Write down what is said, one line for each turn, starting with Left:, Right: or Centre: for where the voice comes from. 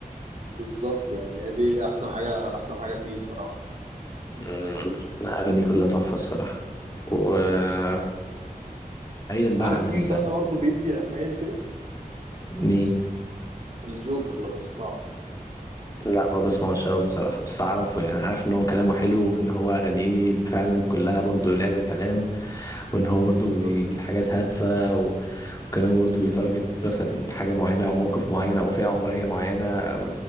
Right: بالظبط يعني هي دي احسن حاجه احسن حاجه فيه الصراحه
Left: امم لا، أغاني كلها تحفة الصراحة وبعيدا بقى
Right: عارف
Left: عن ال...
Right: مين بقى برضه بيدي رسائل كده
Left: مين
Right: الجوكر لو تسمعه
Left: لا ما بسمعوش قوي بصراحة بس أعرفه يعني عارف إن هو كلامه حلو وإن هو أغانيه فعلا كلها برضو لعب كلام وإن هو برضو
Right: بالظبط
Left: بيجيب حاجات هادفة و- وكلامه برضو بيتارجت مثلا حاجة معينة أو موقف معين أو فئة عمرية معينة أو